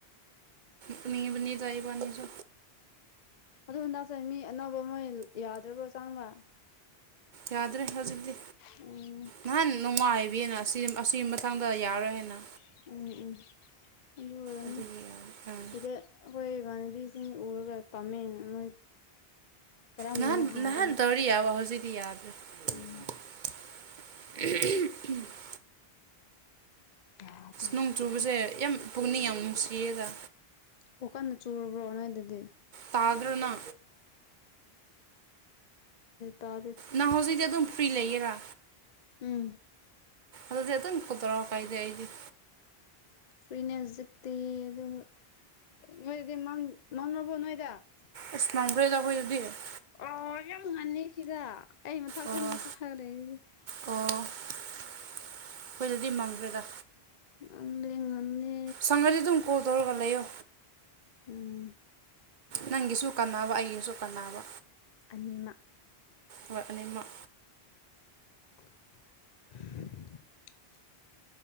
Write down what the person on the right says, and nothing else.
ꯄꯅꯤ ꯄꯅꯤꯔ ꯇ <unintelligible> <unintelligible> ꯏ ꯢꯕꯅꯤꯁꯨ
ꯌꯥꯗ꯭ꯔꯦ ꯍꯧꯖꯤꯛꯇꯤ
ꯅꯍꯥꯟ ꯅꯨꯡꯉꯥꯏꯕꯤꯅ ꯑꯁꯤ ꯑꯁꯤ ꯃꯊꯪꯗ ꯌꯥꯔꯣꯏ ꯍꯥꯏꯅ
ꯑꯗꯨꯒꯤ ꯌꯥꯔꯦ ꯎꯝ
ꯅꯍꯥꯟ
ꯅꯍꯥꯟ ꯇꯧꯔꯤ ꯌꯥꯎꯕ ꯍꯧꯖꯤꯗꯤ ꯌꯥꯎꯗꯦ
<unintelligible>
ꯅꯣꯡ
ꯆꯨꯕꯁꯦ ꯌꯥꯝ ꯄꯨꯛꯅꯤꯡ ꯌꯥꯝ ꯅꯨꯡꯁꯤꯌꯦꯗ
ꯇꯥꯗꯨꯅ
ꯅꯪꯥꯟ ꯍꯧꯖꯤꯛꯛꯇꯤ ꯑꯗꯨꯝ ꯐ꯭ꯔꯤ ꯂꯩꯌꯦꯦꯔꯥ
ꯑꯗꯨꯜꯗꯤꯦ ꯑꯗꯨ ꯀꯗ꯭ꯔꯣ ꯀꯥꯏꯗꯦ ꯍꯥꯏꯗꯦ
ꯑꯦ ꯂꯥꯎꯈ꯭ꯔꯦꯗꯈꯣꯏ ꯑꯗꯨꯗꯤ <unintelligible>
ꯑꯣ
ꯑꯣ ꯑꯩꯈꯣꯏꯗꯗꯤ ꯃꯝꯈ꯭ꯔꯦꯗ
ꯁꯪꯉꯗꯤ ꯗꯨꯝ ꯀꯣꯜ ꯇꯧꯔꯒ ꯂꯩꯌꯣ
ꯅꯪꯒꯤꯁꯨ ꯀꯥꯟꯅꯕ ꯑꯩꯒꯤꯁꯨ ꯀꯥꯟꯅꯕ
ꯍꯣꯏ ꯑꯅꯤꯃꯛ